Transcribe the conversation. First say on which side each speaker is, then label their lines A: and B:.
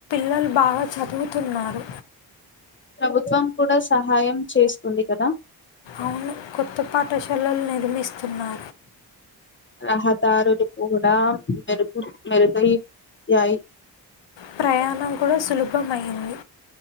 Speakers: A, on the left; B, on the left.
A: పిల్లలు బాగా చదువుతున్నారు
B: ప్రభుత్వం కూడా సహాయం చేస్తుంది కదా
A: అవును కొత్త పాఠశాలలు నిర్మిస్తున్నారు
B: రహదారులు కూడా మెరుగు మెరుగైయాయి
A: ప్రయాణం కూడా సులభమఇంది